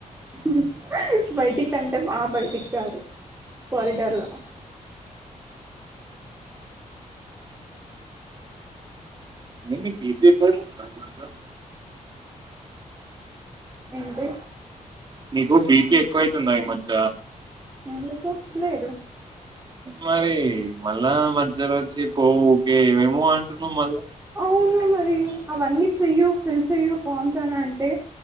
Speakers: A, on the right; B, on the right.
A: హు హు హ్ బైటికంటే ఆ బైటిక్కాదు కారిడార్ల
B: ఏంది నిక్ బీపీ ఎక్కువైతుందా ఈరోజు
A: ఏంటి?
B: నీకు బీపీ ఎక్కువ అయితుందా ఈ మజ్జ
A: ఎందుకు లేదు
B: మరి మళ్ళా మజ్జలోచ్చి పో ఊకే ఏమేమో అంటున్నవ్ మళ్ళ
A: అవును మరి అవన్నీ చెయ్యూ ఫిల్ చెయ్యూ ఫార్మ్సని అంటె